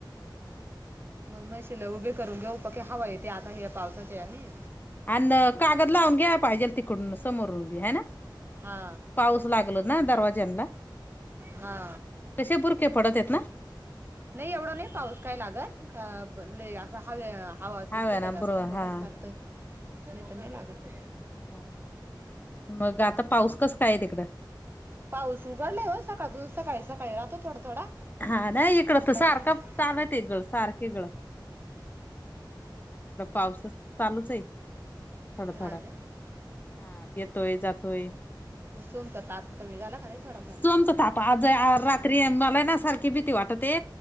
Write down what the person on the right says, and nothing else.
मग मशिलाय उभे करून घेऊ प की हवा येते आता हे पावसाच्या ह्यानीं
हा
हा
नाही एवढा नाही पाऊस काय लागत असं हवे हवा सुटली
का जास्त
मगच
लागतय. नाही तर नाही लागत
पाऊस उघडला हो सकाळून सकाळी सकाळी राहतो थोडा थोडा
आता
उघडला
हा
ना
सोमचा ताप कमी झाला का नाही थोडाफार?